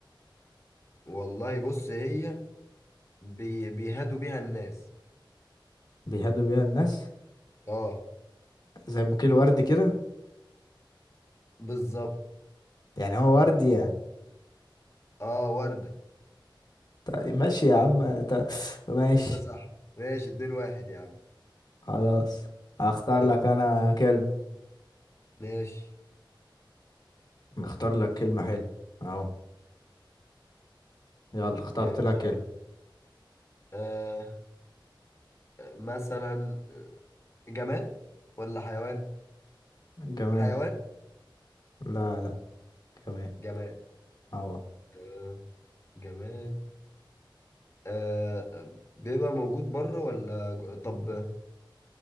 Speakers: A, on the left; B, on the left.
A: والله بص هي بي... بيهادوا بيها الناس
B: بيهدوا بيها الناس
A: اه
B: زي بوكيه الورد كده
A: بالظبط
B: يعني هو ورد يعني
A: اه وردة
B: طيب ماشي يا
A: صح
B: عم
A: صح
B: ط- ماشي
A: انت صح ماشي اتنين واحد يا عم
B: خلاص هختار
A: يلا.
B: لك انا كلمة
A: ماشي
B: اختار لك كلمة حلوة اهو يلا اخترت
A: ماشي
B: لك كلمة
A: آه مثلا جماد ولا حيوان
B: جمال
A: حيوان
B: لا لا جمال
A: جماد
B: اهو
A: آه جماد آه بيبقى موجود بره ولا جو- طب